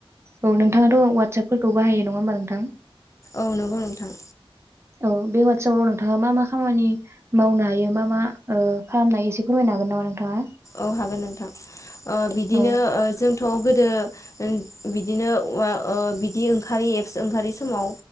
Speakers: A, on the right; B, on the left.
A: औ नोंथाङाथ' वाट साबफोरखौ बाहायो नङा होमबा नोंथां?
B: औ नंगौ नोंथां
A: औ बे वाटसापाव नोंथाङा मा मा खामानि मावनो हायो मा मा ओ खालामनो हायो एसे फोरमायनो हागोन नामा नोंथाङा
B: औ हागोन नोंथां ओ बिदिनो
A: औ
B: ओ जों थ' गोदो ओं बिदिनो वा ओ बिदि ओंखारि एफस ओंखारि समाव